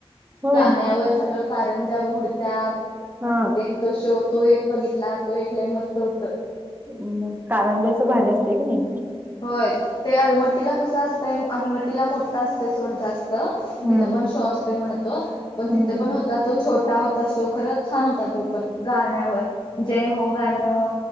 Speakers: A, on the right (about 20°); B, on the left (about 50°).
A: होय
B: गाण्यावर सगळं कारंजा उडत्यात.
A: हा
B: असं ते तो शो तो एक बघितला. तो एक लय मस्त होतं.
A: मग कारंजाच भारी असतय क नी
B: होय. ते आलमट्टीला कस असतंय, आम्ही मो तिला मोठा असतय सोड जास्त,
A: हम्म
B: तिथ पण शो असतोय म्हणतो, पण
A: हम्म
B: तिथ पण त तो छोटा होता शो, खरंच छान होता त्यो पण, गाण्यावर, जय हो गाण्या ण,